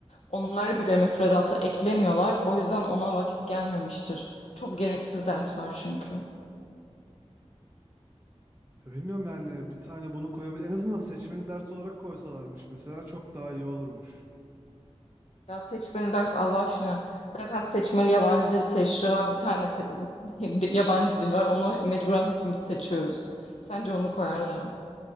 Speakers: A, on the left; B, on the right.
A: Onları bile müfredata eklemiyorlar. O yüzden ona vakit gelmemiştir. Çok gereksiz ders var çünkü.
B: Ya Bilmiyorum yani bir tane bunu koyabilir. En azından seçmeli ders olarak koysalarmış mesela çok daha iyi olurmuş.
A: Ya seçmeli ders Allah aşkına. Zaten seçmeli yabancı dil seçtiler. Bir tane se- <laughs> yabancı dil var. Onu mecburen hepimiz seçiyoruz. Sence onu koyarlar mı?